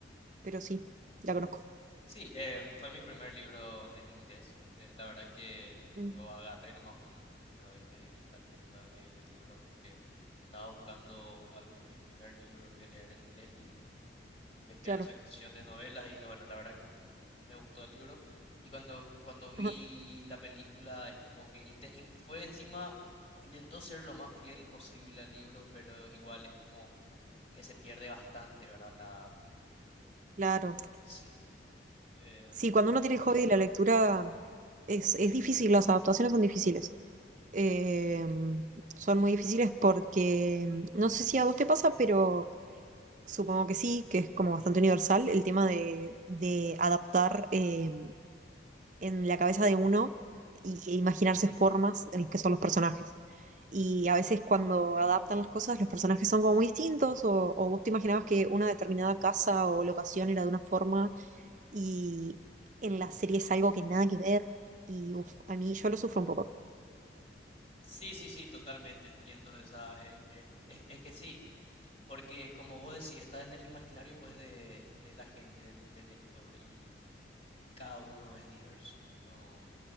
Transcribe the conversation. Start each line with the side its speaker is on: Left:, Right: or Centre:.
Right: pero sí, la conozco.
Left: Sí, em, fue mi primer libro en inglés. Eh, la verdad que
Right: Mm,
Left: lo agarré nomás un- un- una vez de, de la tienda de, de libros porque estaba buscando algo, mi primer libro que leer en inglés y me fui
Right: claro.
Left: a la sección de novelas y la- bueno, la verdad que es un- un- me gustó el libro. Y cuando, cuando vi
Right: Ajá.
Left: la película es como que inte- in- fue encima, intentó ser lo más fiel posible al libro, pero igual es como que se pierde bastante, ¿verdad? La,
Right: Claro.
Left: sí, eh,
Right: Sí,
Left: me-
Right: cuando uno tiene el hobby de la lectura es, es difícil, las adaptaciones son difíciles. Eh, son muy difíciles porque no sé si a vos te pasa, pero supongo que sí, que es como bastante universal el tema de, de adaptar eh, en la cabeza de uno y, e imaginarse formas en las que son los personajes. Y a veces cuando
Left: Sí,
Right: adaptan las cosas, los personajes son como muy distintos, o, o vos te imaginabas que una determinada casa o locación era de una forma, y en la serie es algo que nada que ver, y uf, a mí yo lo sufro un poco.
Left: sí, sí, sí, totalmente entiendo esa. eh, eh, es, es que sí, porque como vos decís, está en el imaginario pues de, de la gente, del, del lector. Y cada uno es diverso. No,